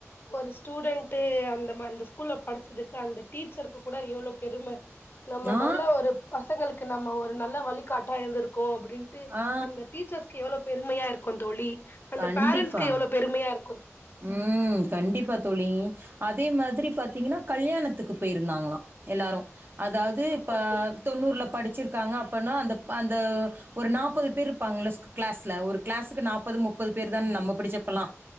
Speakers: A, on the left; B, on the right.
A: ஒரு ஸ்டூடண்ட்டு அந்த ம அந்த ஸ்கூல்ல படிச்சதுக்கு அந்த டீச்சருக்கு கூட எவ்ளோ பெரும நம்ம
B: ஆ,
A: நல்ல ஒரு பசங்களுக்கு நம்ம ஒரு நல்ல வழிக்காட்டா இருந்துருக்கோ அ ப்டின்ட்டு
B: ஆ.
A: அந்த டீச்சர்ஸுக்கு எவ்ளோ பெருமையா இரு க்குந் தோழி அந்த
B: கண்டிப்பா.
A: பேரண்ட்ஸ்க்கு எவ்ளோ பெருமையாரு
B: ம் கண்டிப்பா தோழி அதே மாதிரி பாத்தீங்கனா கல்யாணத்துக்கு பேயிருந்தாங்களா எல்லாரு அதாவுது
A: சூப்பர்
B: இப்பப
A: தோழி
B: தொண்ணூர்ல படிச்சிரு க்காங்க அப்பனா அந்த அந்த ஒரு நாப்பது பேர்ருப்பாங்கல்ல கிளாஸ்ல ஒரு கிளாஸுக்கு நாப்பது முப்பது பேரு தான நம்ம படிச்சப்பல்லா